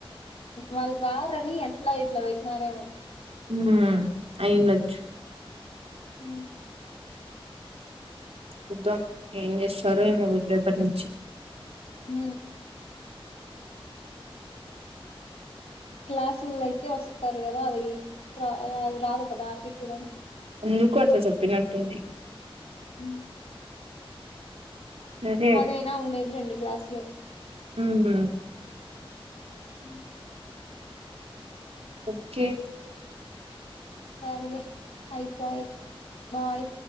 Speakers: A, on the left; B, on the right.
A: వాళ్ళు రారని ఎట్లా ఇట్లా పెట్టినారేమో
B: హు అయిన్డొచ్చు
A: ఉ
B: చూద్దాం ఏం చేస్తారో ఏమో వీళ్ళు రేపటి నుంచి
A: ఊ క్లాసుల్లో అయితే వస్తారు కదా అది ర రాదు కదా పీట డం
B: ఎందుకు అట్లా సెప్పినట్టుంది
A: <inaudible>
B: సరే
A: పదైనా ఉండేది రెండె క్లాస్ లో
B: ఊ ఊ
A: హ <inaudible>
B: ఓక్కే
A: సరేలే ఆయిపోయి బాయ్